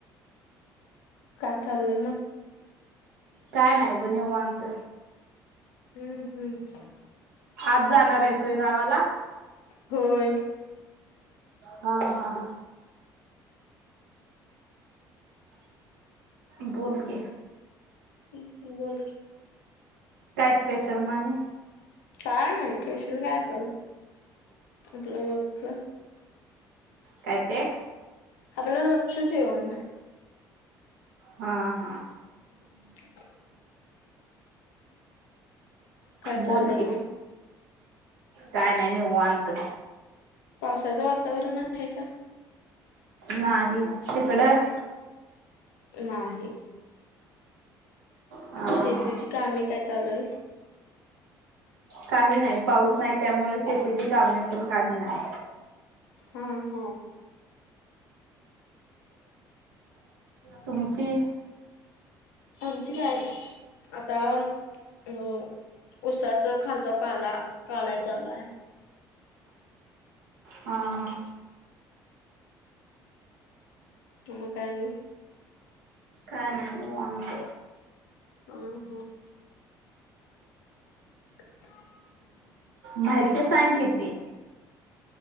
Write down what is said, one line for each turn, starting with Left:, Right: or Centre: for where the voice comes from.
Left: काय चाललंय मग.
Right: काय नाही ब निवांत.
Left: हम्म हम्म
Right: आज जाणार आहेस होय गावाला.
Left: होय.
Right: हा हा बोल की
Left: ह बोल
Right: काय स्पेशल म आणि
Left: काय नाही स्पेशल काय असल रोजचं.
Right: काय ते
Left: आपलं रोजच जेवण.
Right: हा हा.
Left: <unintelligible> काय
Right: बोल
Left: चाललंय
Right: की
Left: मग,
Right: काय नाही निवांत.
Left: पावसाचं वातावरण आहे का?
Right: नाही तिकडं?
Left: नाही.
Right: हा
Left: शेतीची
Right: हा.
Left: कामे काय चालूय.
Right: काही नाही पाऊस नाही, त्यामुळे शेतीची कामे पण काही नाही.
Left: हा हा.
Right: तुमची.
Left: आमची गय आता अं उसाच खालचा पाला काढाय चालू आहे.
Right: हा हा
Left: मग काय आणि
Right: काय नाही निवांत.
Left: हम हम्! <unintelligible>
Right: माहिती सांग किती.